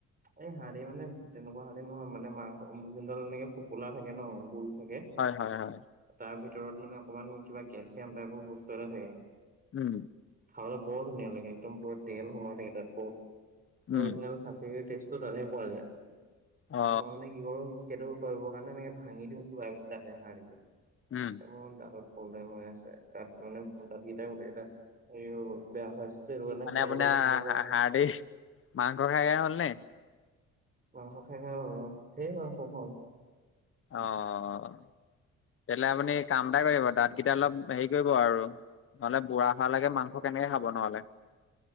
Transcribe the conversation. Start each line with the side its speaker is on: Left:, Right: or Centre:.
Right: উ <inaudible> এই হাৰ্দি মানে তেনেকুৱা হ'লে নহয় মানে মাংস যোনডাল এনেকে ফোপোলা থাকে ন গোল থাকে।
Left: হয়, হয়, হয়।
Right: তাৰ ভিতৰত মানে অকমান কিবা কেলচিয়াম টাইপৰ বস্তু এটা থাকে।
Left: উম।
Right: খাবলৈ বৰ ধুনীয়া লাগে, একদম পুৰা তেল সোমাই থাকে তাত বহুত
Left: উম
Right: অৰজিনেল খাচি টেজটো তাতহে পোৱা যায়, ত
Left: অ
Right: মই মানে কি কৰোঁ। সেইটো কৰিব কাৰণে এনেকে ভাঙি দিওঁ চোবাই দাতে হাৰ্দিটো।
Left: উম।
Right: মোৰ দাঁতত প্ৰব্লেম হৈ আছে, তাত মানে দাতকেইটা গোটেইকেইটা হেৰি হৈ গ'ল বেয়া হৈ আছে। সেইটো কাৰণে
Left: মানে
Right: খাবলৈ
Left: আপোনাৰ
Right: মন নাযায়।
Left: হাৰ্দি, মাংস খাইকে হ'ল নে?
Right: মাংস খাই খাই হ'ল‌ অ', ধেৰ মাংস খাওঁ।
Left: অ' তেতিয়াহ'লে আপুনি কাম এটা কৰিব, দাতকেইটা অলপ হেৰি কৰিব আৰু। নহ'লে বুঢ়া হোৱালৈকে মাংস কেনেকে খাব নহ'লে।